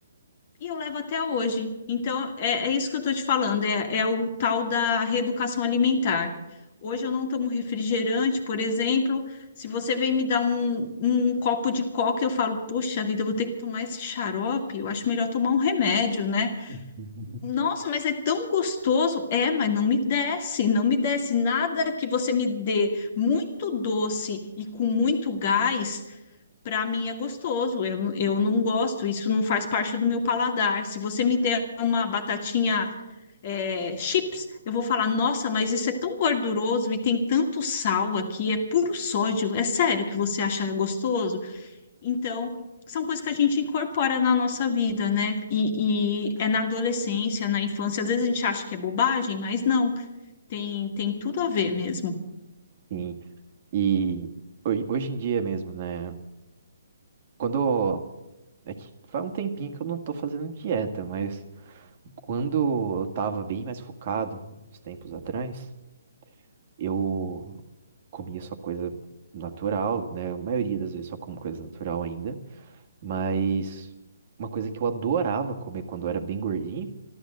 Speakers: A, on the left (about 40°); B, on the right (about 45°).
A: E eu levo até hoje. Então, é, é isso que eu estou te falando, é, é o tal da reeducação alimentar. Hoje eu não tomo refrigerante, por exemplo. Se você vem me dar um, um copo de coca, eu falo, poxa vida, eu vou ter que tomar esse xarope. Eu acho melhor tomar um remédio, né?
B: Uhum.
A: Nossa, mas é tão gostoso. É, mas não me desce, não me desce. Nada que você me dê muito doce e com muito gás para mim é gostoso, eu, eu não gosto, isso não faz parte do meu paladar. Se você me der uma batatinha é, chips, eu vou falar: nossa, mas isso é tão gorduroso e tem tanto sal aqui, é puro sódio, é sério que você acha gostoso? Então, são coisas que a gente incorpora na nossa vida, né? E, e é na adolescência, na infância, às vezes a gente acha que é bobagem, mas não, tem, tem tudo a ver mesmo.
B: Sim. E hoje, hoje em dia mesmo, né? Quando. É que faz um tempinho que eu não tô fazendo dieta, mas quando eu tava bem mais focado, uns tempos atrás, eu comia só coisa natural, né? A maioria das vezes só como coisa natural ainda, mas uma coisa que eu adorava comer quando eu era bem gordinho.